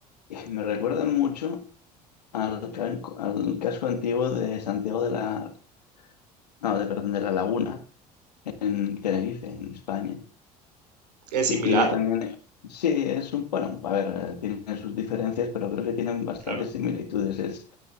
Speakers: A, on the left (about 80°); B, on the right (about 80°).
A: y me recuerdan mucho al, can- al casco antiguo de Santiago de la, no, de, perdón, de la Laguna. en Tenerife, en España,
B: Es
A: que
B: similar,
A: tiene también, sí, es un, bueno, a ver, eh, tiene sus diferencias, pero creo que tienen bastantes
B: Claro.
A: similitudes. Es